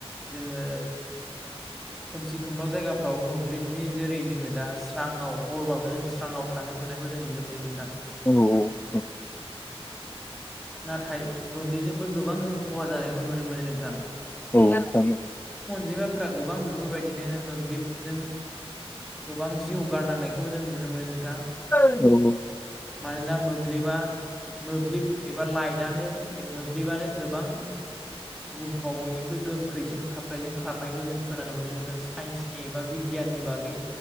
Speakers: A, in the centre; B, on the left (about 20°).
A: जोङो
B: <unintelligible>
A: खोमसि खोमलाव जायगाफ्राव मोब्लिबनि जेरै जोङो दा स्रावाव हरबाबो जों स्रांवाव थानो मोननायखौ जों नुनो मोनदों नोंथां
B: औ
A: नाथाय मोब्लिजोंबो गोबां जों खहा जानायखौ नुनो मोनो नोंथां
B: औ नोंथां
A: <unintelligible> फोरा गोबां बेफोरबायदिनो मोब्लिबजों गोबां जिउ गारनांनायखौ जों नुनो मोनो नोंथां
B: औ औ
A: मानोना मोब्लिबा मोब्लिब एबा लाइटनो मोब्लिबानो गोबां बुहुमाव बयनिख्रुइ गोख्रैसिन खारथायजों खारनायखौ जों खोनानो मोन्दों जों साइन्सनि एबा बिगियाननि बागै